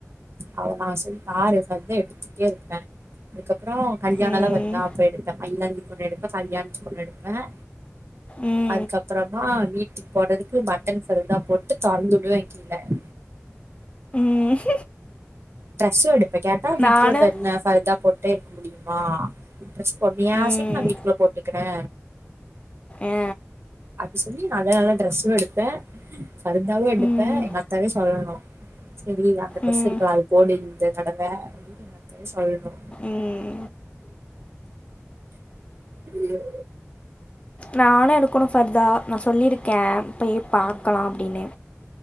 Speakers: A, on the right; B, on the left.
A: அவளோ தா அதா சொல்லி நா ஃபாருதா எடுத்துட்டே இருப்பே அதுக்கப்புறம் கல்யாணம்
B: ம்,
A: லா வருதா அப்போ எடுப்ப ஐழந்துக்கு ஒண்ணு எடுப்ப கல்யாணத்துக்கு ஒண்ணு எடுப்ப
B: ம்,
A: அதுக்கப்பறமா வீட்டுக்கு போடுறதுக்கு பட்டன் பர்தா போட்டு <unintelligible>
B: ம்
A: டிரஸ்சும் எடுப்ப கேட்டா வீட்டுலா
B: நானும்
A: என்ன பர்தா போட் கேக்க முடியுமா டிரஸ் போடுவையா
B: ம்,
A: செரி நா வீட்டு குள்ள போட்டுகிறே
B: ஆ,
A: அப்படி சொல்லி நல்ல நல்ல ட்ரெஸ்ஸும் எடுப்பே ப பார்தாவும் எடுப்பே
B: ம்,
A: எங்க அத்தாவே சொல்லணும் சரி அந்த ட்ரெஸ்
B: ம்,
A: இருக்கலா அது போடு இந்த தடவ அப்படின்னு எங்க அத்தாவே சொல்லணு
B: ம்.
A: ஐயோ
B: நானு எடுக்கணு பர்தா நா சொல்லிருக் கேம்ப்பயி பாக்கலா
A: ம்
B: அப்டின்னு